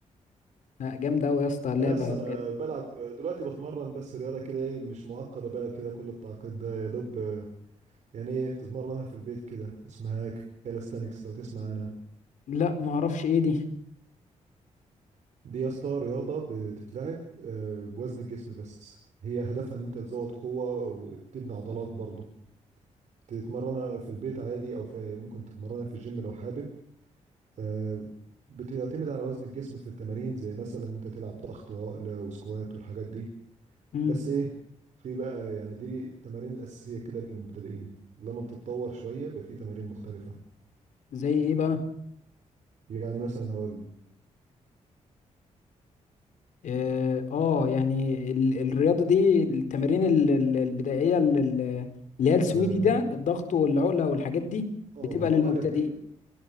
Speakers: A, on the left; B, on the right.
A: لا جامدة أوي يا اسطى اللعبة
B: لا اصل
A: بجد
B: انا بلعب دلوقتي بتمرن بس رياضه كده ايه مش معقده بقى كده كل التعقيد ده يا دوب آه، يعني ايه بتتمرنها في البيت كده اسمها كالستانكس لو تسمع عنها
A: لا معرفش ايه دي
B: دي يا اسطى رياضة بتتلعب آه، بوزن الجسم بس هي هدفها ان انت تزود قوة وتبني عضلات برضه تتمرنها في البيت عادي او في ممكن تتمرنها في الجيم لو حابب آه، بتعتمد على وزن الجسم في التمارين زي مثلا انت تلعب ضغط وعقلة وسكوات والحاجات دي
A: مم.
B: بس ايه في بقى يعني دي التمارين الأساسية كده للمبتدئين لما بتتطور شوية بيبقى في تمارين مختلفة
A: زي ايه بقى
B: يعني مثلا هقول
A: اه آه، يعني ال- الرياضة دي التمارين ال- ال- البدائية ال- ال- اللي هي السويدي
B: ف اه
A: ده الضغط والعقلة والحاجات دي
B: ما
A: بتبقى
B: هو بقول
A: للمبتدئين
B: لك دي ب-